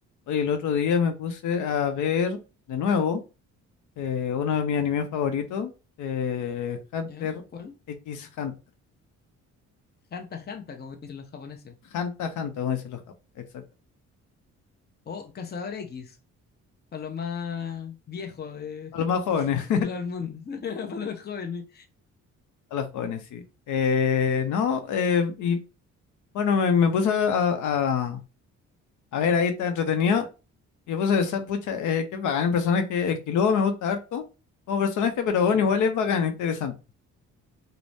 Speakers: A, on the left (about 75°); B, on the left (about 35°).
A: Oye, el otro día me puse a ver de nuevo eh, uno de mis animes favoritos, eh, Hunter
B: ¿Ya? ¿Cuál?
A: X Hunter.
B: Hanta Hanta, como dicen los japoneses.
A: Hunter x Hunter, como dicen los japoneses. Exacto.
B: O Cazador X, para los más viejos de,
A: A los más jóvenes,
B: de este lado del mundo, <laughs> para los más jóvenes.
A: <laughs> a los jóvenes, sí. Eh, no, eh, y bueno, me, me puse a, a- a ver ahí, está entretenido. Y me puse a pensar, pucha, eh, qué bacán el personaje. El Killua me gusta harto como personaje, pero bueno,
B: ¿Ya?
A: igual es bacán, interesante.